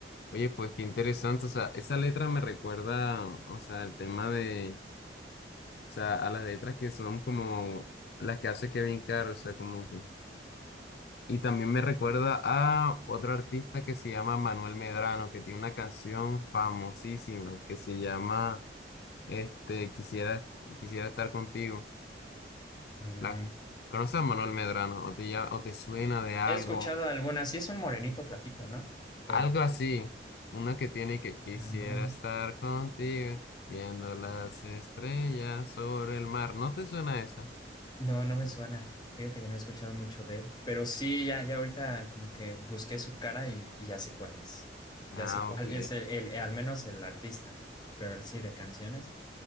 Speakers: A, on the left; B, on the left.
A: oye, pues, qué interesante. O sea, esa letra me recuerda, o sea, el tema de, o sea, a las letras que son como las que hace Kevin Carr, o sea, como que. Y también me recuerda a otro artista que se llama Manuel Medrano, que tiene una canción famosísima que se llama, este, Quisiera, quisiera estar contigo.
B: Ujú.
A: La, ¿conoces a Manuel Medrano? ¿O te, ya- o te suena de algo?
B: He escuchado algunas. Sí, es un morenito flaquito, ¿no? Bueno,
A: Algo así. Una que tiene que quisiera
B: Manuel.
A: estar contigo, viendo las estrellas sobre el mar. ¿No te suena eso?
B: No, no me suena. Fíjate que no he escuchado mucho de él. Pero sí, ya, ya ahorita como que busqué su cara y, y ya sé cuál es.
A: Ah,
B: Ya sé cuál
A: ok.
B: es el, el- el- al menos el artista. Pero el sí, de canciones.